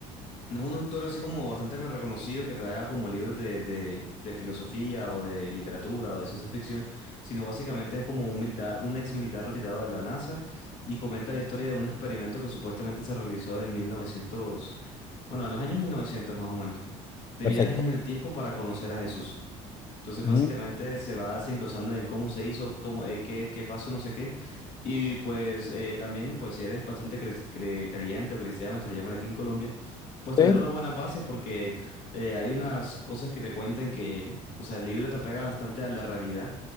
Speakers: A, on the left; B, on the left.
A: no es un autor así como bastante reconocido que te haga como libros de, de- de filosofía o de literatura o de ciencia ficción, sino básicamente es como un militar, un ex militar retirado de la NASA y comenta la historia de un experimento que supuestamente se realizó en 1900, bueno, en los años 1900 más o menos, de
B: perfecto.
A: viajes en el tiempo para conocer a Jesús. Entonces, básicamente
B: Mm,
A: se va desenglosando en cómo se hizo, cómo, eh, qué, qué pasó, no sé qué. Y pues eh, también, pues si eres bastante cre- cre- creyente o cristiano, se le llaman aquí en Colombia, pues tener
B: Sí,
A: unas buenas bases porque eh, hay unas cosas que te cuentan que, o sea, el libro te pega bastante a la realidad,